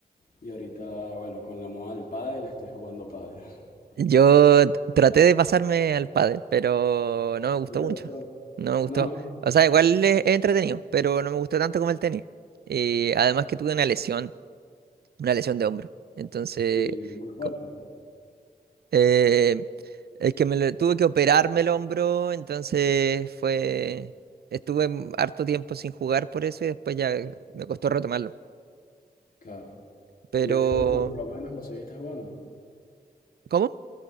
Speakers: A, on the left (about 60°); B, on the right (about 70°).
A: Y ahorita, bueno, con la moda del pádel estoy jugando pádel. <laughs>
B: Yo t- traté de pasarme al pádel, pero no me gustó
A: ¿No te
B: mucho.
A: gustó?
B: No me gustó.
A: No.
B: O sea, igual es es entretenido, pero no me gustó tanto como el tenis. Y además que tuve una lesión, una lesión de hombro. Entonces,
A: Y muy fuerte.
B: co- eh, es que me lo- tuve que operarme el hombro, entonces fue... Estuve m- harto tiempo sin jugar por eso y después ya me costó retomarlo.
A: Claro.
B: Pero,
A: ¿Y el fútbol por lo menos lo seguiste jugando?
B: ¿cómo?